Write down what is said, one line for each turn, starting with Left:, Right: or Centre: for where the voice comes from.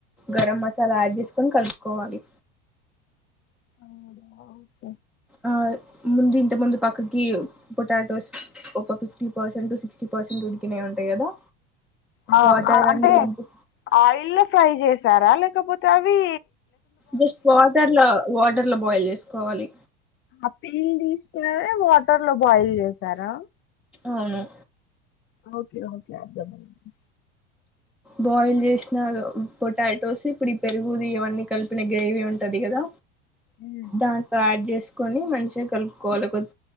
Centre: గరం మసాలా యాడ్ చేసుకొని కలుపుకోవాలి
Left: అవు వుక
Centre: ఆ ముంది ఇంతకు ముందు పక్కకి పొటాటోస్ ఒక ఫిఫ్టీ పర్సెంట్, సిక్స్టీ పర్సెంట్ ఉడికినయి ఉంటాయి కదా.
Left: ఆ
Centre: వాటర్
Left: అ అంటే
Centre: అన్ని పంపి
Left: ఆయిల్లొ ఫ్రై చేస్ తారా లేకపోతే అవీ
Centre: జస్ట్ వాటర్ లో వాట్ టర్లో బాయిల్ చేసుకోవాలి
Left: ఆ పిల్ తీసుకునే వాటర్ లో బాయిల్ చేశారా?
Centre: అవును
Left: ఓకే ఓకే అర్థం అయింది.
Centre: బాయిల్ చేసిన పొటాటోస్ ఇప్పుడు ఈ పెరుగుది ఇవన్నీ కలిపిన గ్రేవీ ఉంటది కదా
Left: హ్మ్
Centre: దాంట్లో యాడ్ చేసు కొని మంచిగా కలుపుకోవాలి. ఒక